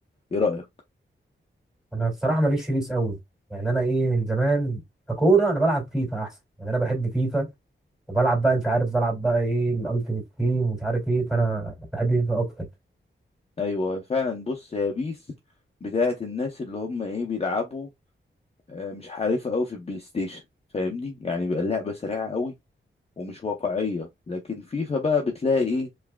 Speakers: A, on the left; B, in the centre.
A: ايه رأيك
B: أنا بصراحة ماليش في بيس قوي يعني أنا ايه من زمان ككورة أنا بلعب فيفا أحسن يعني أنا بحب فيفا وبلعب بقى أنت عارف بلعب بقى ايه الألتيميت تيم ومش عارف ايه فأنا بحب فيفا أكتر
A: ايوه فعلا بص هي بيس بتاعت الناس اللي هم ايه بيلعبوا آه، مش حريفة قوي في البلاي ستيشن فاهمني يعني بقى اللعبة سريعة قوي ومش واقعية لكن فيفا بقى بتلاقي ايه